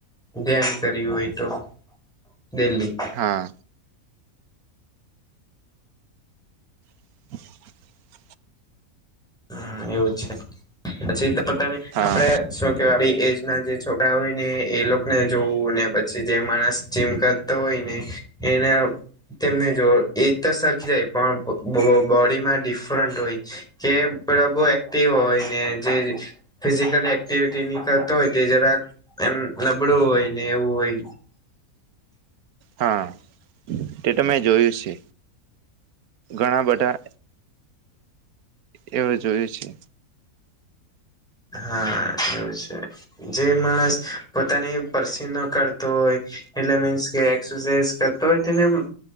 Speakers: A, in the centre; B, on the right.
A: ધ્યાન કર્યું હોય તો ડેલ્હી
B: હા <inaudible>
A: હમ્મ એવું છે પછી તો પોતાની
B: હા
A: આપડે શું કેવાય આપડી એજ ના જે છોકરા હોય ને એ લોકો ને જોવું ને પછી જે માણસ જીમ કરતો હોય ને એના તેમને જો એજ તો <unintelligible> હોય પણ બ બો બોડીમાં ડિફરન્ટ હોય. જેમ પ્રભુ એક્ટિવ હોય ને જે <inaudible> ફિઝિકલ એક્ટિવિટી ની કરતો હોય તે જરાક- એમ નબળું હોય, ને એવું હોય.
B: હા, તે તો મેં જોયું છે. ઘણા બધા, એવું જોયું છે.
A: હા એવું છે. જે માણસ પોતાની પરસીવ ન કરાતો હોય, - એટલે મીન્સ કે, એક્સરસાઈઝ કરતો હોય તેને એમ-